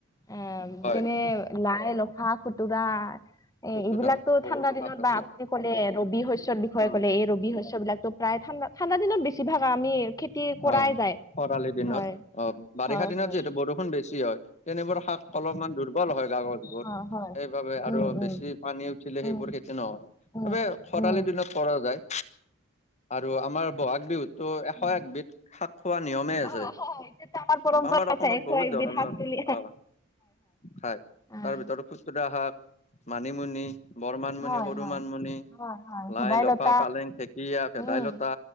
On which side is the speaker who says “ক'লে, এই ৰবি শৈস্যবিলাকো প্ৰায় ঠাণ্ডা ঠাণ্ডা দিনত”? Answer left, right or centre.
Left